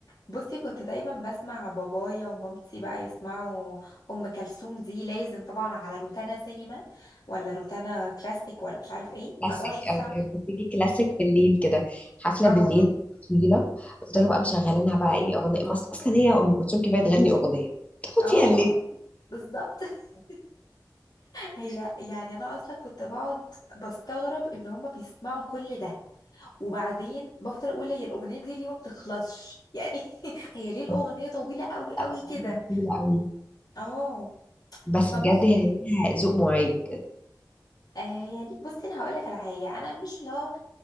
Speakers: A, on the left; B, on the left.
A: بصي كنت دايما بسمع بابايا ومامتي بقى يسمعوا أم كلثوم دي لازم طبعا على روتانا سينما ولا روتانا كلاسيك ولا مش عارف ايه
B: كلاسيك
A: 24
B: او
A: ساعة
B: كانت بتيجي كلاسيك بالليل كده حفله
A: اه
B: بالليل طويله بفضلوا بقى مشغلينها بقى ايه اغنيه ما أصل- اصلا هي ام كلثوم كفايه تغني اغنيه تاخد
A: اه
B: فيها الليل
A: بالظبط <laughs> هي يعني انا اصلا كنت بقعد بستغرب ان هما بيسمعوا كل ده وبعدين بفضل اقول هي الاغنيه دي ليه ما بتخلصش يعني <laughs> هي ليه الاغنيه
B: فكانت
A: طويله قوي قوي
B: أغنية
A: كده
B: طويله قوي
A: اه
B: بس
A: فممكن
B: بجد هي ليها ذوق معين كده
A: آه يعني بصي انا هقول لك على حاجه انا مش لا